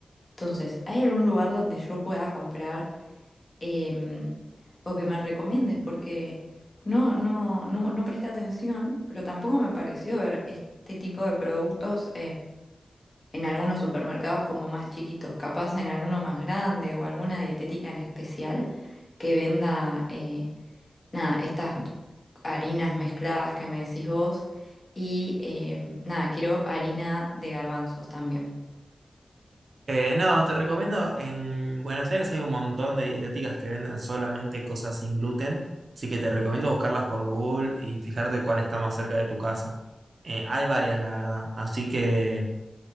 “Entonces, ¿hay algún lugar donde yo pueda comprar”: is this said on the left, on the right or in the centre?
Left